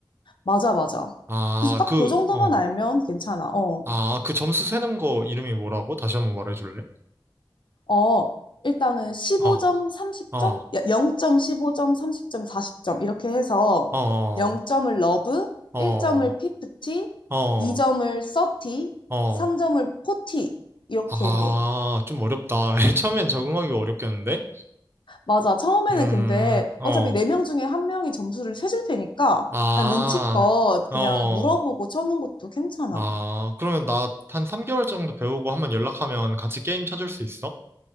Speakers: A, on the left (about 70°); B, on the right (about 30°).
A: 맞아, 맞아.
B: 아,
A: 그래서 딱
B: 그,
A: 그 정도만
B: 어.
A: 알면 괜찮아. 어,
B: 아, 그 점수 세는 거 이름이 뭐라고? 다시 한번 말해줄래?
A: 어, 일단은 십오
B: 어,
A: 점 삼십 점
B: 어,
A: 0.15점, 30점, 40점 이렇게 해서
B: 어, 어,
A: 0점을 러브,
B: 어,
A: 1점을 50,
B: 어.
A: 2점을 30,
B: 어.
A: 3점을 40 이렇게
B: 아,
A: 해.
B: 좀 어렵다. <laughs> 처음엔 적응하기 어렵겠는데?
A: 맞아. 처음에는
B: 음,
A: 근데
B: 어,
A: 어차피 네 명 중에 한 명이 점수를 세줄 테니까
B: 아,
A: 그냥 눈치껏
B: 어.
A: 그냥 물어보고 쳐는 것도 괜찮아.
B: 아, 그러면 나 한 3개월 정도 배우고 한 번 연락하면 같이 게임 쳐줄 수 있어?